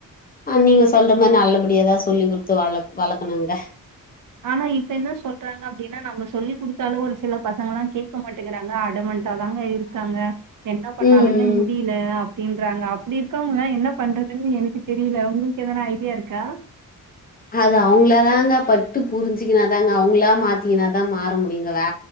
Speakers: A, on the left; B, on the right.
A: ஆ நீங்க சொல்ற மார் நல்லபடிய எதா சொல்லி குட்த்து வள வளக்கணுங்க
B: ஆனா இப்ப என்னு சொல்றாங்க அப்டினா நம்ம சொல்லி குடுத்தாலு ஒரு சில பசங்கலா கேக்க மாட்டேங்கிறாங்க அடமண் டாதாங்க இருக்காங்க என்ன பண்ணாலுமே
A: ம் ம்
B: முடியில அப்டின்றாங்க அப்படி இருக்கவங்களா என்ன பண்றதுன்னு எனக்கு தெரியில உங்களுக்கு எதனா ஐடியா இருக்கா
A: அது அவுங்ளா தாங்க பட்டு புரிஞ்சுக்கனாதாங்க அவுங்களா மாத்தித்கினாதா மாற முடியுங்க வே